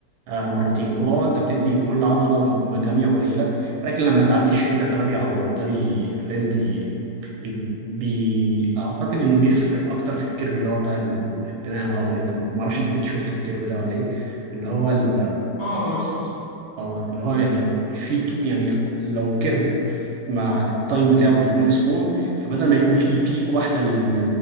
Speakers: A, on the right (about 80°); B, on the left (about 50°).
A: آه، مرتين هو اه انت بتدي كل عضله مجاميع قليله ولكن لما تعلي الشده فده بيعوض ده بي فاهم بي, ال- بي... اعتقد انه بيفرق اكتر في الكيرف اللي هو بتاع البناء العضلي ده ما ما اعرفش انت كنت شفت الكيرف ده ولا ايه اللي هو ال...
B: اه اه شفت
A: اه اللي هو يعني في تو... يعني لو الكيرف مع التايم بتاعه بيكون اسبوع فبدل ما يكون فيه بيك واحده لل...